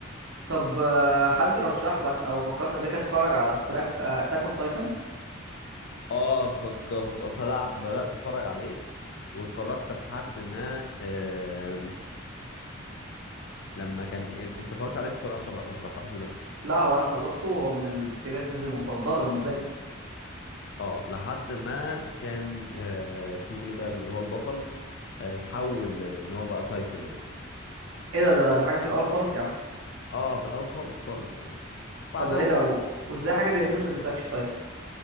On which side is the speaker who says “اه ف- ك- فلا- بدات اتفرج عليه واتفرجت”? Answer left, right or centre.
Left